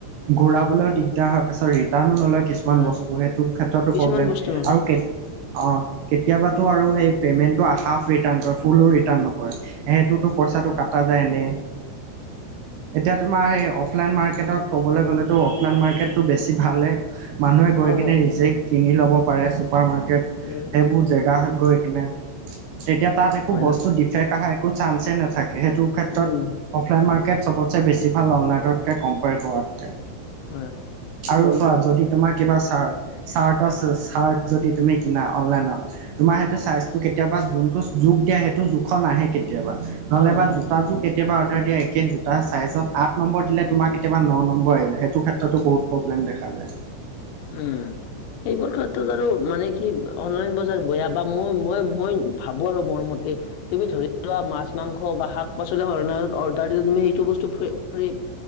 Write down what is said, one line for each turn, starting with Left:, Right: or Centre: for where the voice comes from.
Right: ঘূৰাবলেও দিগদাৰ হয়, পাছত ৰিটাৰ্ণো নলয় কিছুমান
Left: হয় হয়
Right: বস্তু সেইটো ক্ষেত্ৰতো
Left: কিছুমান
Right: প্ৰব্লেম
Left: বস্তু নলয়
Right: আৰু কে অঁ কেতিয়াবা টো আৰু পেমেণ্টৰ হাফ ৰিটাৰ্ণ কৰে, ফুলো নকয়। সেইটোতো পইচাটো কটা যায় এনেই, এতিয়া
Left: উম
Right: তোমাৰ সেই অফ অফলাইন মাৰ্কেটত ক'বলৈ গ'লেতো অফলাইন মাৰ্কেটটো বেছি ভালে হে মানুহে গৈ
Left: হয়,
Right: কিনে
Left: হয়,
Right: নিজেই কিনি ল'ব পাৰে, ছুপাৰ মাৰ্কেট
Left: উম,
Right: সেইবোৰ জেগা গৈ কিনে। তেতিয়া তাত একো
Left: হয়,
Right: বস্তু
Left: হয়,
Right: ডিফেক্ট আহা একো চান্সে নাথাকে সেইটো ক্ষেত্ৰত
Left: উম,
Right: অফলাইন মাৰ্কেট চবতচে বেছি ভাল, অনলাইনতকে কম্পেয়াৰ কৰাতকে।
Left: হয়,
Right: আৰু চোৱা যদি তোমাক কিবা চাৰ্ট- চাৰটাচ-চাৰ্ট -যদি তুমি কিনা অনলাইনত তোমাৰ চাইজটো
Left: হয়,
Right: কেতিয়াবা যোনটো জোখ দিয়া সেইটো জোখ নাহে কেতিয়াবা নহ'লে
Left: হয়, হয়,
Right: বা
Left: হয়,
Right: জোতা জোখ এ কেতিয়াবা অৰ্ডাৰ দিয় একে জোতা ছাইজত আঠ নম্বৰ দিলে তোমাৰ কেতিয়াব ন' নম্বৰ আহি যায়, সেইটো ক্ষেত্ৰতো বহুত প্ৰব্লেম দেখা যায়।
Left: উম সেইবোৰ ক্ষেত্ৰত বাৰু মানে কি অনলাইন বজাৰ বয়া বা মই মই মই ভাবো আৰু মোৰ মতে, তুমি ধৰি লোৱা মাছ মাংস বা শাক -পাচলি অৰ্নাৰত অৰ্ডাৰ দিলে তুমি সেইটো বস্তু ফৰি ফ্ৰি